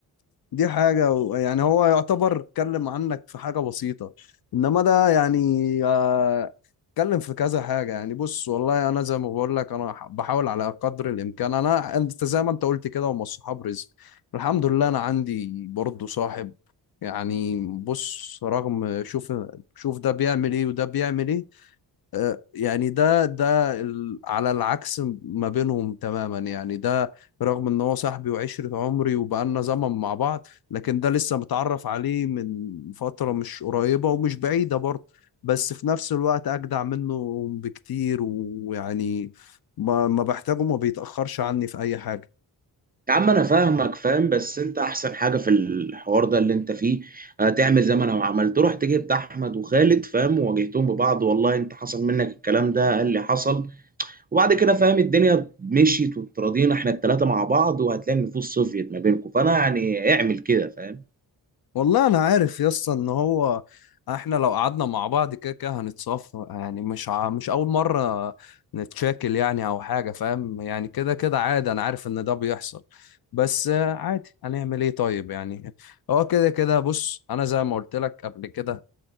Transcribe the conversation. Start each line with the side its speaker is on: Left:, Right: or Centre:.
Left: دي حاجة و- يعني هو يعتبر اتكلم عنك في حاجة بسيطة انما ده يعني آه، اتكلم في كذا حاجة يعني بص والله انا زي ما بقول لك انا ح- بحاول على قدر الامكان انا انت زي ما انت قلت كده هم الصحاب رزق الحمد لله انا عندي برضو صاحب يعني بص رغم شوف شوف ده بيعمل ايه وده بيعمل ايه آه، يعني ده ده ال- على العكس ما بينهم تماما يعني ده رغم ان هو صاحبي وعشرة عمري وبقالنا زمن مع بعض لكن ده لسه متعرف عليه من فترة مش قريبة ومش بعيدة برضه بس في نفس الوقت اجدع منه بكتير ويعني ما ما بحتاجه ما بيتأخرش عني في اي حاجة
Right: يا عم انا فاهمك فاهم بس انت احسن حاجه في الحوار ده اللي انت فيه آه، تعمل زي ما انا عملت رحت جبت احمد وخالد فاهم وواجهتهم ببعض والله انت حصل منك الكلام ده قال لي حصل وبعد كده فاهم الدنيا مشيت وتراضينا احنا الثلاثه مع بعض وهتلاقي النفوس صفيت ما بينكم فانا يعني اعمل كده فاهم
Left: والله انا عارف يا اسطى ان هو احنا لو قعدنا مع بعض كده كده هنتصافى يعني مش ع... مش اول مره نتشاكل يعني او حاجه فاهم يعني كده كده عادي انا عارف ان ده بيحصل بس آه، عادي هنعمل ايه طيب يعني هو كده كده بص انا زي ما قلت لك قبل كده